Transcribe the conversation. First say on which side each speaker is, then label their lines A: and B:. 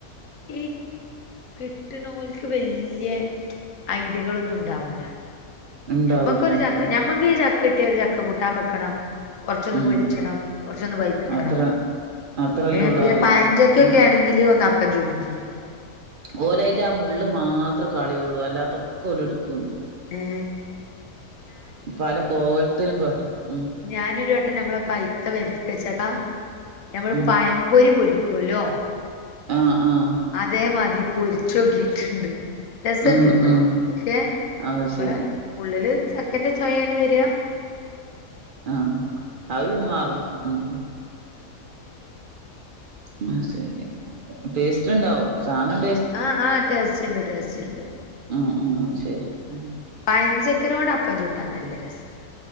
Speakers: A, on the left (about 65°); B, on the right (about 70°).
A: ഇ കിട്ടുന്നോൽക്ക് വല്യ ഐഡിയകളൊന്നും ഉണ്ടാവൂല്ല
B: ഉണ്ടാവൂല
A: ഞമ്മക്കൊരു
B: ഉണ്ടാവൂല
A: ച ഞമ്മക്ക് ഈ ചക്ക കട്ടിയ ഒരു ചക്ക കൂട്ടാൻ വെക്കണം കുറച്ചൊന്ന്
B: ഉം
A: പൊച്ചണം കുറച്ചൊന്ന് ഭയിപ്പിക്കണം
B: അത്ര അത്രല്ലേ
A: ഏ
B: ഉള്ളൂ
A: പിന്നെ
B: അറിയാം
A: പഞ്ചക്കൊക്കെ
B: ഉം
A: ആണെങ്കിൽ ഒന്ന് അപ്പൻ ചൂടും ചെയ്യാം
B: ഓലായിന്റെ ആ മുള്ള് മാത്രേ കളിയള്ളൂ അല്ലാത്തൊക്കെ ഓലെടുക്കുന്നു
A: ഉം
B: പല കോവലത്തിലും കേട്ട് ഉ
A: ഞാനൊരു വട്ടം നമ്മളെ പൈത്ത വരക്കച്ചക്ക നമ്മൾ
B: ഉം
A: പയം ബോരി ബോരിക്കുല്ലോ
B: ആഹ് ആഹ്
A: അതേ മതി പൊരിച്ചൊക്കിട്ടുണ്ട് രസണ്ട്
B: ഉം
A: ട്ടോ
B: ഉം
A: പക്ഷെ
B: അത്
A: നമ്മള
B: ശരി
A: ഉള്ളില് ചക്കന്റെ ചൊയയാണ് വരിക
B: ആഹ് അവര് മാറും ഉം അത്‌ശരി ടേസ്റ്റ് ഉണ്ടാവും. സാനം
A: ആഹ ആ് ടേസ്റ്റ് ഉണ്ട് ടേസ്റ്റ് ഉണ്ട്
B: ആഹ് ആഹ് ശരി ഉം
A: പഞ്ചക്കനോട് അപ്പം ചൂട്ടാ നല്ല രസാ